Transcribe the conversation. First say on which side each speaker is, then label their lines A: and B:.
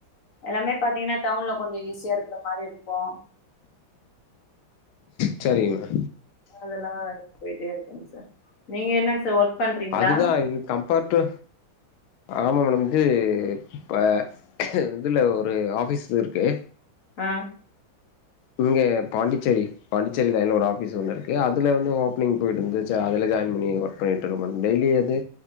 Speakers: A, on the left; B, on the left.
A: எல்லாமே பாத்தீங்கன்னா டவுன்ல கொஞ்சோ ஈஸியா இருக்குற மாரி இருக்கோ
B: ச்சரிங்மா
A: அதெல்லாம் பொயிட்டே இருக்குங் சார் நீங்க என்னங் சார் ஒர்க் பண்றீங்களா
B: அதுதான் இது கம்பர்ட்டு ஆமா மேடம் இது இப்ப ஹ் இதுல ஒரு ஆபிஸ் இருக்கு
A: அ
B: இங்க பாண்டிச்சேரி பாண்டிச்சேரி லயின்ல ஒரு ஆபிஸ் ஒண்ணு இருக்கு அதுல வந்து ஓப்னிங் போயிட்டு இருந்துச்சு அதுல ஜாயின் பண்ணி ஒர்க் பண்ணிட் <unintelligible> டெய்லி வந்து